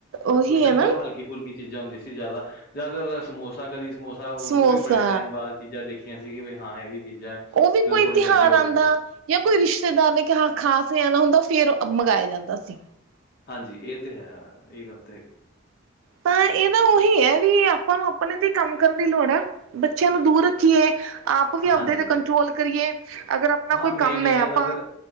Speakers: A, on the right; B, on the left.
A: ਉਹੀ
B: ਉਸ ਟਾਈਮ
A: ਹੈ ਨਾ
B: ਚਲੋ ਹਲ ਹਲਕੀ-ਫੁਲਕੀ ਚੀਜ਼ਾਂ ਹੁੰਦੀ ਸੀ ਜ਼ਿਆਦਾ, ਜ਼ਿਆਦਾ ਸਮੋਸਾ ਕਦੀ ਸਮੋਸਾ ਉਹ
A: ਸਮੋਸਾ
B: ਵੀ ਬੜੇ ਟਾਈਮ ਬਾਅਦ ਚੀਜ਼ਾਂ ਦੇਖੀ ਦੇਖੀਆਂ ਸੀ ਵੀ ਹਾਂ ਇਹ ਵੀ ਚੀਜ਼ਾਂ
A: ਉਹ ਵੀ ਕੋਈ
B: ਜਦੋਂ ਥੋੜੇ
A: ਤਿਉਹਾਰ
B: ਵੱਡੇ ਹੋ
A: ਆਉਂਦਾ
B: ਗਏ ਸੀ।
A: ਜਾਂ ਕੋਈ ਰਿਸ਼ਤੇਦਾਰ ਨੇਂ ਕਿਹਾ ਖਾਸ ਨੇਂ ਆਣਾ ਹੁੰਦਾ ਫੇਰ ਮੰਗਾਇਆ ਜਾਂਦਾ ਸੀ।
B: ਹਾਂਜੀ ਇਹ ਤੇ ਹੈ ਇਹ ਗੱਲ ਤਾਂ ਹੈਗੀ।
A: ਤਾਂ ਇਹਣਾ ਉਹੀ ਹੈ ਵੀ ਆਪਾਂ ਨੂੰ ਆਪਣੇ ਤੇ ਕੰਮ ਕਰਨ ਦੀ ਲੋੜ ਹੈ। ਬੱਚਿਆਂ ਨੂੰ ਦੂਰ ਰੱਖੀਏ ਆਪ ਵੀ
B: ਹਾਂਜੀ
A: ਆਪਦੇ ਤੇ ਕੰਟਰੋਲ ਕਰੀਏ ਅਗਰ ਆਪਣਾ
B: ਹਾਂ
A: ਕੋਈ
B: ਮੇਨ
A: ਕੰਮ
B: ਏ ਹੈ
A: ਆਪਾਂ
B: ਅਗਰ